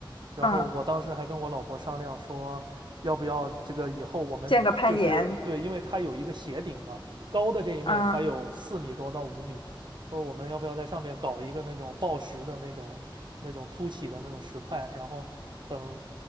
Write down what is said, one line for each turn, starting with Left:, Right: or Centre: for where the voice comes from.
Right: 然后我当时还跟我老婆商量说，
Left: 嗯，
Right: 要不要这个以后我们就是对，
Left: 见个攀岩，
Right: 因为它有一个斜顶嘛，高的这一面它有四米多到五米，
Left: 嗯，
Right: 说我们要不要在上面搞一个那种抱石的那种那种凸起的那种石块，然后等